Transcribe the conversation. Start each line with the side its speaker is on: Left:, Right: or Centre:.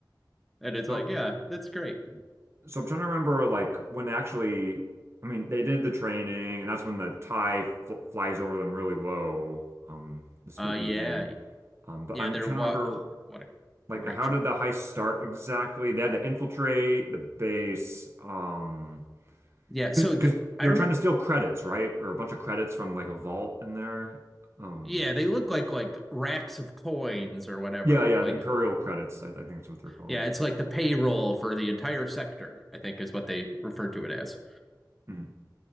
Centre: And it's
Right: So
Centre: like, "Yeah, that's great."
Right: So I'm trying to remember like when actually, I mean, they did the training, and that's when the tie fl flies over them really low, um, the spooky
Centre: Uh, yeah,
Right: thing. Um, but
Centre: yeah.
Right: I'm
Centre: They're
Right: trying
Centre: what?
Right: to remember
Centre: what a,
Right: like
Centre: a great
Right: how
Centre: shot.
Right: did the heist start exactly? They had to infiltrate the base, um,
Centre: Yeah. So
Right: because
Centre: the, I
Right: they
Centre: remember.
Right: were trying to steal credits, right? Or a bunch of credits from like a vault in there. Um,
Centre: Yeah, they look like like racks of coins or whatever.
Right: yeah, yeah,
Centre: Like,
Right: the Imperial credits, I, I think that's what they're called.
Centre: yeah, it's like the payroll for the entire sector. I think is what they refer to it as.
Right: Mhm.